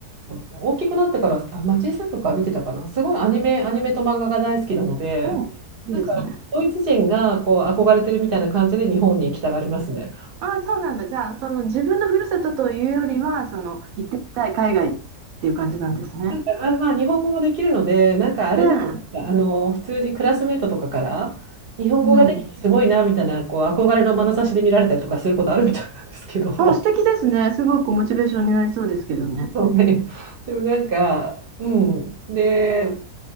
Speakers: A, on the right; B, on the right.
A: 大きくなってから、あ、町井さんとか見てたかな、すごいアニメ、アニメと漫画が大好きなので、
B: もう、いいですね。
A: なんか、ドイツ人がこう憧れてるみたいな感じで日本に行きたがりますね。
B: ああ、そうなんだ。じゃあ、その自分のふるさとというよりは、その行ってみたい海外っていう感じなんですね。
A: なんかまあまあ、日本語もできるので、なんかあれじゃないですか、
B: ねえ。
A: あの、普通にクラスメートとかから、日本語ができてすごいなみたいな、
B: うん。
A: こう憧れの眼差しで見られたりとかすることあるみたいなんですけど、はい
B: あ、素敵ですね。すごくモチベーションになりそうですけどね。
A: <laughs> でもなんか、うん、で、